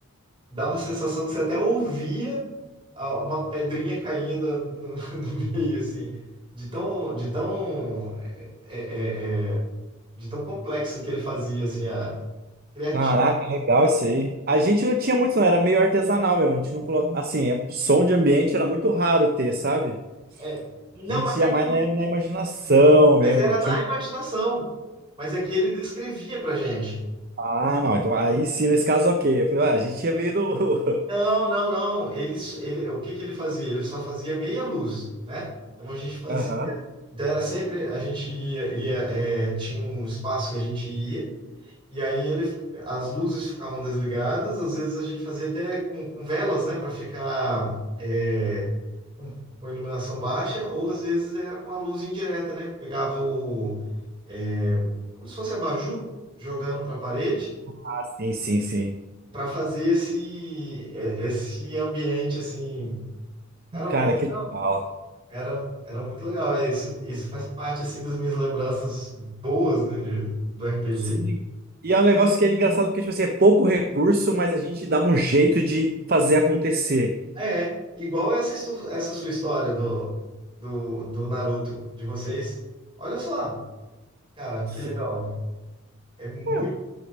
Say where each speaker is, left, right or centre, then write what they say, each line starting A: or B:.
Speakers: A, on the right; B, on the right.
A: dava a sensação que você até ouvia a- uma pedrinha caindo no, <laughs> no meio, assim, de tão, de tão, é, é, é, é, de tão complexo que ele fazia, assim, a criativo
B: caraca, legal isso aí. A gente não tinha muito, não, era meio artesanal, meu. A gente não colocava. Assim, é- som de ambiente era muito raro ter, sabe?
A: É, não,
B: A gente
A: mas
B: ia
A: é
B: mais
A: que,
B: na, na imaginação mesmo,
A: mas era
B: não
A: na
B: tinha
A: imaginação, mas é que ele descrevia pra gente.
B: Ah, não. Então, aí sim, nesse caso, ok. Eu falei, ah, a gente tinha vindo. <laughs>
A: Não, não, não. Ele, s- ele, o que que ele fazia? Ele só fazia meia luz, né? Então a gente fazia.
B: Aham.
A: Então era sempre. A gente ia. ia, é, tinha um espaço que a gente ia, e aí ele, as luzes ficavam desligadas. Às vezes a gente fazia até com, com velas, né? Para ficar é, com, com iluminação baixa, ou às vezes era com a luz indireta, né? Pegava o. é, como se fosse abajur, jogando para a parede,
B: Ah, sim, sim, sim.
A: para fazer esse, é, esse ambiente assim. Cara, muito
B: Cara,
A: legal.
B: que legal.
A: Era, era muito legal. é, Isso, isso faz parte, assim, das minhas lembranças boas, né, de- do RPG.
B: Sim. E é um negócio que é engraçado porque, tipo assim, é pouco recurso, mas a gente dava um jeito de fazer acontecer.
A: É, igual essa, histo- essa sua história do, do, do Naruto, de vocês. Olha só, cara,
B: Sim.
A: que legal. É muito,
B: É,